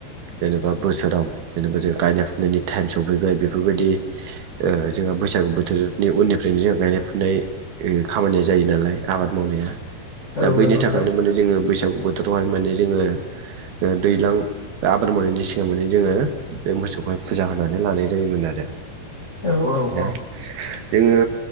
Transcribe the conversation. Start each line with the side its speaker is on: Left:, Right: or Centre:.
Right: जेनेबा बोसोराव जेनेबा जों गायनाय फुनायनि टाइम सफैबाय बेफोरबायदि। ओ जोंहा बैसागो बोथोरनि उननिफ्रायनो जोंहा गायनाय फुनाय ओ खामानिया जायो नालाय। आबाद मावनाया दा
Left: औ
Right: बैनि
Left: नंगौ
Right: थाखायनो
Left: नोंथां
Right: माने जोङो बैसागु बोथोरावहाय माने जोङो। ओ दैज्लां आबाद मावनायनि सिगां माने जोङो बे मोसौखौहाय फुजा होनानै लानाय जायोमोन आरो। जोङो
Left: औ औ औ